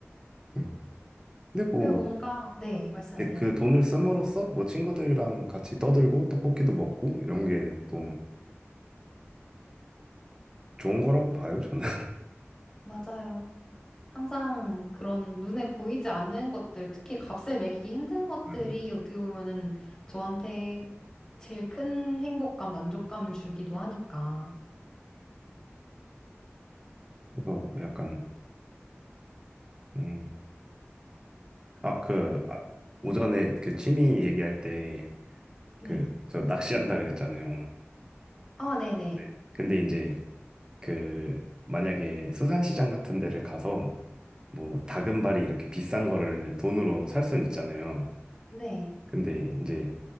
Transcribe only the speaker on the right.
음. 근데 뭐,
이제 그 돈을 씀으로써 뭐 친구들이랑 같이 떠들고 떡볶이도 먹고 이런 게 또 좋은 거라고 봐요, 저는.
<laughs>
그래서 뭐 약간, 음, 아, 그, 아,
오전에 그 취미 얘기할 때
그, 저 낚시한다 그랬잖아요.
네. 근데 이제 그, 만약에 수산시장 같은 데를 가서 뭐 다금발이 이렇게 비싼 거를 돈으로 살 순 있잖아요.
근데 이제